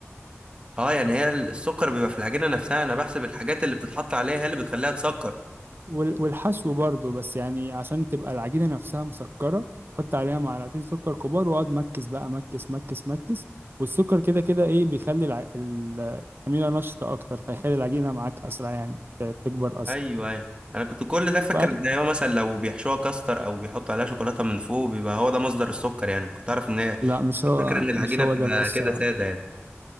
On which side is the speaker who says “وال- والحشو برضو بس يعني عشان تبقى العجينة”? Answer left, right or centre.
Right